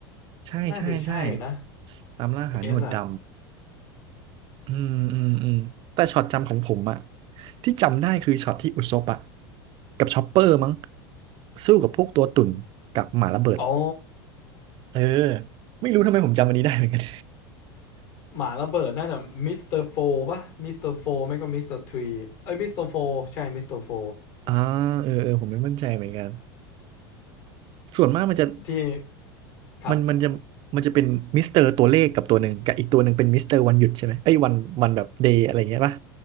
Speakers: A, on the right; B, on the left.
A: ใช่ใช่ใช่
B: น่าจะใช่นะ
A: ตามล่าหาหนวดด
B: เอสอะ
A: ำ อืมอืมอืมแต่ช็อตจำของผมอะที่จำได้คือช็อตที่อุซบอะกับชอปเปอร์มั้งสู้กับพวกตัวตุ่นกับหมาระเบิด
B: อ๋อ
A: เออ ไม่รู้ทำไมผมจำอันนี้ได้เหมือนกัน
B: หมาระเบิดน่าจะมิสเตอร์โฟปะมิสเตอร์โฟไม่ก็มิสเตอร์ทรีเอ้ยมิสเตอร์โฟใช่มิสเตอร์โฟ
A: <laughs> อ่าเออเออผมไม่มั่นใจเหมือนกันส่วนมากมันจะ
B: ที่ครับ
A: มันมันจะมันจะเป็นมิสเตอร์ตัวเลขกับตัวหนึ่งกับอีกตัวหนึ่งเป็นมิสเตอร์วันหยุดใช่ไหมไอ้ยวันวันแบบเดย์อะไรอย่างเงี้ยป่ะ